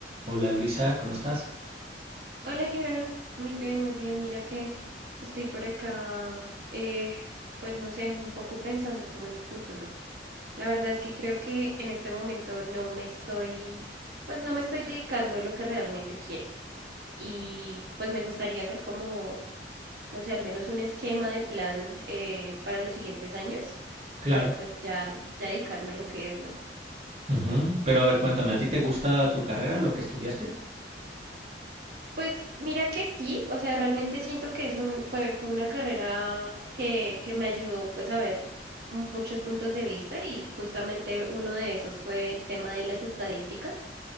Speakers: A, on the right; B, on the right.
A: Hola Luisa, ¿cómo estás?
B: Hola, Gibran. Muy bien, muy bien. Mira que estoy por acá, eh, pues no sé, un poco pensando como en el futuro. La verdad es que creo que en este momento no me estoy, pues no me estoy dedicando a lo que realmente quiero. Y pues me gustaría hacer como, no sé, al menos un esquema de plan eh, para los siguientes años,
A: Claro.
B: para pues ya, ya dedicarme a lo que es, ¿no?
A: Ujú. Pero a ver, cuéntame, ¿a ti te gusta tu carrera, lo que estudiaste?
B: Pues mira que sí, o sea, realmente siento que es un, fue, fue una carrera que, que me ayudó pues a ver muchos puntos de vista y justamente uno de esos fue el tema de las estadísticas,